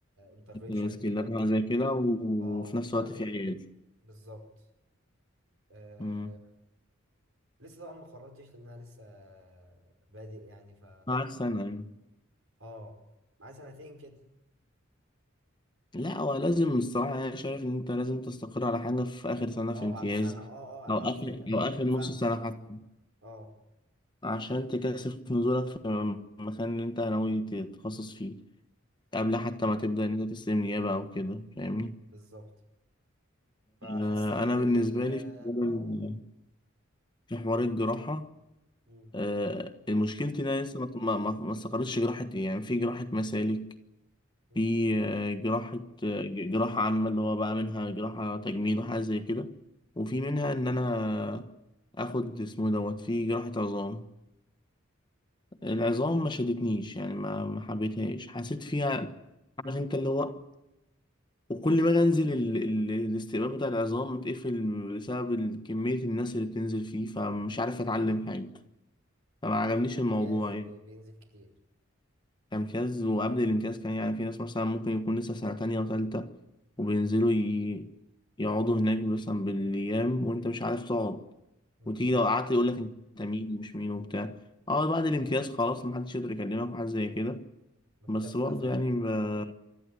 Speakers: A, on the right (about 85°); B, on the left (about 20°).
A: انترفينشن
B: ماسكين
A: بايدك
B: لابها زي كده و-
A: اه
B: وفي
A: وبتعمل
B: نفس الوقت في علاج
A: بالظبط آه،
B: امم
A: لسه طبعا ما قررتش لان انا لسه بادئ يعني ف
B: معاك سنة يعني
A: اه معايا سنتين كده
B: لا هو لازم الصراحة يعني أنا شايف إن أنت لازم تستقر على حاجة في آخر سنة
A: اه
B: في امتياز
A: بعد سنة اه اه انا
B: أو آخر
A: قصدي
B: أو آخر نص
A: فاهمك
B: سنة
A: فاهمك
B: حتى
A: اه
B: عشان تكثف نزولك في المكان اللي أنت ناوي تتخصص فيه. قبل حتى ما تبدأ إن أنت تستلم نيابة أو كده فاهمني
A: بالظبط فحسيت
B: آه،
A: ان
B: أنا
A: ال
B: بالنسبة
A: اه
B: لي في حوار ال-
A: اقول
B: في حوار الجراحة
A: مم،
B: آه، مشكلتي إن أنا لسه ما ما ما ما استقرتش جراحة إيه يعني في جراحة مسالك
A: مم،
B: في آه، جراحة آه، ج- جراحة عامة اللي هو بقى منها جراحة تجميل وحاجة زي كده وفي
A: مم.
B: منها إن أنا آخد اسمه دوت في جراحة عظام العظام ما شدتنيش يعني ما ما حبيتهاش حسيت فيها عارف أنت اللي هو وكل ما اجي انزل ال... ال... الاستقبال بتاع العظام متقفل بسبب ال- كمية الناس اللي بتنزل فيه فمش عارف اتعلم حاجة فما
A: انت
B: عجبنيش
A: قصدك كامتياز
B: الموضوع يعني
A: بينزل كتير
B: امتياز وقبل الامتياز كان يعني في ناس مثلا ممكن يكون لسه سنة تانية وتالتة
A: مم،
B: وبينزلوا ي... يقعدوا هناك مثلا بالأيام وأنت مش عارف تقعد
A: مم.
B: وتيجي لو قعدت يقول لك أنت مين ومش مين وبتاع أه بعد الامتياز خلاص محدش يقدر يكلمك وحاجة زي كده
A: بس
B: بس
A: انت بتتقفل
B: برضه يعني
A: بقى
B: ب-